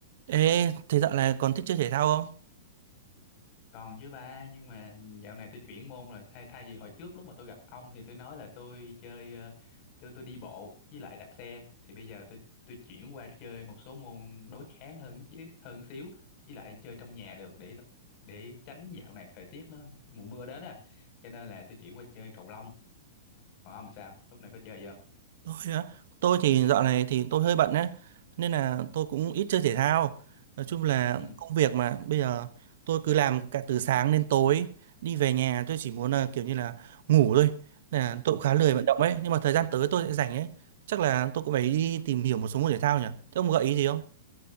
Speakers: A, on the right; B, on the left.
A: Ê, thế dạo này còn thích chơi thể thao không?
B: Còn chứ ba, nhưng mà dạo này tôi chuyển môn rồi, thay thay vì hồi trước lúc mà tôi gặp ông thì tôi nói là tôi chơi ờ, tôi tôi đi bộ với lại đạp xe thì bây giờ tôi tôi chuyển qua chơi một số môn đối kháng hơn chứ hơn xíu với lại chơi trong nhà được để để tránh dạo này thời tiết nó mùa mưa đến à. Cho nên là tôi chuyển qua chơi cầu lông. Còn ông sao? Lúc này có chơi gì không?
A: Tôi á, tôi thì dạo này thì tôi hơi bận đấy, nên là tôi cũng ít chơi thể thao. Nói chung là
B: Ừ.
A: công việc mà bây giờ tôi cứ làm cả từ sáng đến tối, đi về nhà tôi chỉ muốn là kiểu như là ngủ thôi. Nên là tôi cũng khá lười
B: Ừ.
A: vận động ấy, nhưng mà thời gian tới tôi sẽ rảnh ấy. Chắc là tôi cũng phải đi tìm hiểu một số môn thể thao nhỉ? Thế ông gợi ý gì không?